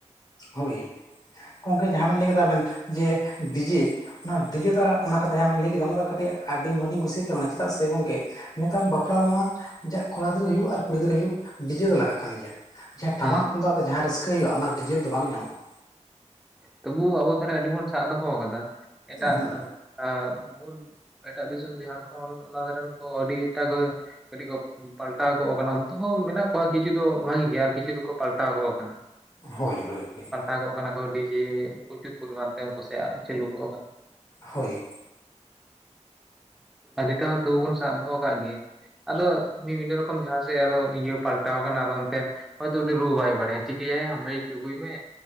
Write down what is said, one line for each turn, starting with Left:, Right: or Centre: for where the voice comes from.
Left: ᱦᱳᱭ ᱜᱚᱝᱠᱮ ᱡᱟᱦᱟᱸ ᱵᱮᱱ ᱞᱟᱹᱭ ᱠᱮᱫᱟ ᱟᱵᱮᱱ ᱡᱮ ᱰᱤᱡᱮ ᱚᱱᱟ ᱰᱤᱡᱮ ᱫᱟᱜ ᱚᱱᱟ ᱠᱟᱛᱷᱟ ᱡᱟᱦᱟᱸ ᱵᱮᱱ ᱞᱟᱹᱭ ᱠᱮᱫᱟ ᱚᱱᱟ ᱫᱚ ᱠᱟᱹᱴᱤᱡ ᱟᱹᱰᱤ ᱢᱚᱸᱡᱽ ᱤᱧ ᱠᱩᱥᱤᱭᱟᱜ ᱛᱟᱵᱚᱱᱟ ᱪᱮᱫᱟᱜ ᱥᱮ ᱜᱚᱝᱠᱮ ᱱᱮᱛᱟᱢ ᱵᱟᱯᱞᱟ ᱨᱮᱢᱟ ᱡᱟᱜ ᱠᱚᱲᱟ ᱜᱤᱫᱽᱨᱟᱹ ᱦᱩᱭᱩᱜ ᱟᱨ ᱠᱩᱲᱤ ᱜᱤᱫᱽᱨᱟᱹᱭ ᱦᱩᱭᱩᱜ ᱰᱤᱡᱮ ᱫᱚ ᱞᱟᱜᱟᱜ ᱠᱟᱱ ᱜᱮᱭᱟ᱾ ᱡᱟᱦᱟᱸ ᱴᱟᱢᱟᱠ
Centre: ᱦᱩᱸ
Left: ᱛᱩᱢᱫᱟᱜ ᱛᱮ ᱡᱟᱦᱟᱸ ᱨᱟᱹᱥᱠᱟᱹ ᱦᱩᱭᱩᱜ-ᱟ ᱚᱱᱟ ᱰᱤᱡᱮ ᱨᱮ ᱫᱚ ᱵᱟᱝ ᱧᱟᱢᱚᱜ-ᱟ᱾
Centre: ᱛᱚᱵᱩ ᱟᱵᱚ ᱫᱷᱟᱨᱮ ᱟᱹᱰᱤᱵᱚᱱ ᱥᱟᱵ ᱫᱚᱦᱚᱣ ᱠᱟᱫᱟ ᱮᱴᱟᱜ
Left: ᱦᱩᱸ
Centre: ᱟᱸ ᱢᱩᱞ ᱮᱴᱟᱜ ᱫᱤᱥᱚᱢ ᱡᱷᱟᱲᱠᱷᱚᱱ ᱚᱱᱟ ᱫᱷᱟᱨᱮᱱ ᱠᱚ ᱟᱹᱰᱤ ᱮᱴᱟᱜᱟᱹ ᱠᱟᱹᱴᱤᱡ ᱠᱚ ᱯᱟᱞᱴᱟᱣ ᱜᱚᱜ ᱟᱠᱟᱱᱟ ᱚᱱᱛᱮ ᱦᱚᱸ ᱢᱮᱱᱟᱜ ᱠᱚᱣᱟ ᱠᱤᱪᱷᱩ ᱫᱚ ᱵᱷᱟᱜᱤ ᱜᱮ ᱟᱨ ᱠᱤᱪᱷᱩ ᱫᱚᱠᱚ ᱯᱟᱞᱴᱟᱣ ᱜᱚᱜ ᱟᱠᱟᱱᱟ᱾
Left: ᱦᱳᱭ ᱦᱳᱭ ᱦᱳᱭ
Centre: ᱟ ᱜᱚᱜ ᱠᱟᱱᱟ ᱠᱚ ᱰᱤᱡᱮ ᱯᱚᱪᱩᱨ ᱯᱚᱨᱤᱢᱟᱱ ᱛᱮ ᱩᱱᱠᱩ ᱥᱮ ᱟ ᱪᱟᱹᱞᱩ ᱜᱚᱜ ᱟᱠᱟᱱᱟ᱾
Left: ᱦᱳᱭ
Centre: ᱟᱹᱰᱤᱴᱟᱣ ᱛᱟᱹᱣ ᱵᱚᱱ ᱥᱟᱵ ᱫᱚᱦᱚ ᱟᱠᱟᱜ ᱜᱮᱭᱟ, ᱟᱫᱚ ᱵᱤᱵᱷᱤᱱᱱᱚ ᱨᱚᱠᱚᱢ ᱡᱟᱦᱟᱸ ᱥᱮᱜ ᱟᱫᱚ ᱤᱭᱟᱹ ᱯᱟᱞᱴᱟᱣ ᱠᱟᱱᱟ ᱟᱫᱚ ᱚᱱᱛᱮ ᱦᱚᱭ ᱛᱚ ᱩᱱᱤ ᱨᱩ ᱵᱟᱭ ᱵᱟᱲᱟᱭᱟ ᱪᱤᱠᱟᱹᱭᱟᱭ ᱢᱟᱭᱤᱠ ᱟᱸᱜᱩᱭ ᱢᱮ